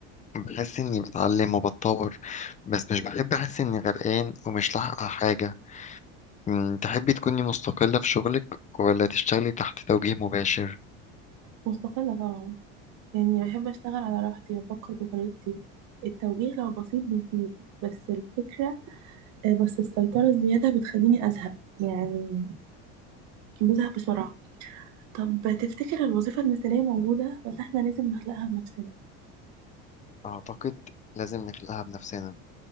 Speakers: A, on the left; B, on the right.
A: بحس اني بتعلم وبتطور بس مش بحب احس اني غرقان ومش لاحقة على حاجة أمم، تحبي تكوني مستقلة في شغلك ولا تشتغلي تحت توجيه مباشر
B: مستقلة طبعا يعني بحب أشتغل على راحتي وأفكر بطريقتي التوجيه لو بسيط بيفيد بس الفكرة آه، بس السيطرة الزيادة بتخليني أزهق يعني بزهق بسرعة طب تفتكر الوظيفة المثالية موجودة ولا إحنا لازم نخلقها بنفسنا؟
A: اعتقد لازم نخلقها بنفسنا